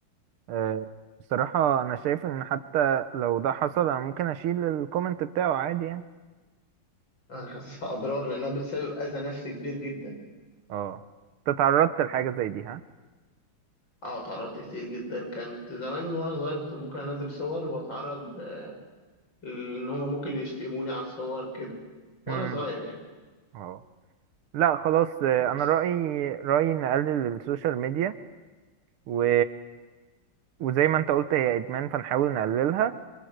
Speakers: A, on the right (about 80°); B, on the left (about 60°).
A: أه، بصراحة انا شايف ان حتى لو ده حصل انا ممكن اشيل الكومنت بتاعه عادي يعني
B: انا حاسسها اضرار لانها بتسبب اذى نفسي كبير جدا
A: اه انت تعرضت لحاجة زي دي ها
B: اه اتعرضت كتير جدا كانت زمان وانا صغير كنت ممكن انزل صور واتعرض آه، ان هما ممكن يشتموني على الصور كده وانا
A: امم
B: صغير يعني
A: اه لا خلاص أه،
B: بس
A: انا رأيي رأيي نقلل السوشيال ميديا و... وزي ما انت قلت هي ادمان فنحاول نقللها